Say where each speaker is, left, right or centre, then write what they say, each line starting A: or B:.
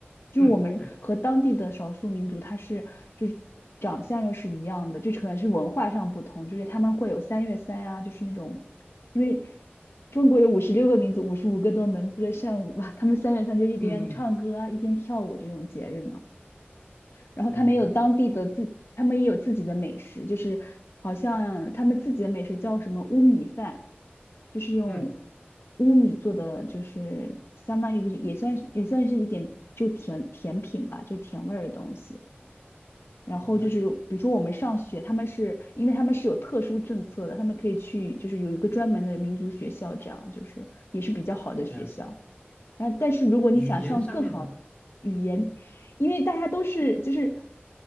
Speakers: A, on the left (about 75°); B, on the left (about 25°).
A: 就是我们和当地的少数民族，
B: 嗯，对，
A: 他是就是长相又是一样的，就可能是文化上不同，就是他们会有三月三啊，就是那种，因为中国有五十六个民族，五十五个都能歌善舞吧，他们三月三就一边唱歌啊，
B: 嗯嗯，
A: 一边跳舞这种节日嘛。然后他们也有当地的自，
B: 明白，
A: 他们也有自己的美食，就是好像他们自己的美食叫什么乌米饭，就是用
B: 嗯
A: 乌米做的，就是相当于也算是也算是一点就甜甜品吧，就甜味儿的东西。然后就是，
B: 明白，
A: 比如说我们上学，他们是因为他们是有特殊政策的，他们可以去，就是有一个专门的民族学校，这样就是也是比较好的学校。
B: 了解。
A: 啊，但是如果你想上更好语言，
B: 语言上面呢，
A: 因为大家都是就是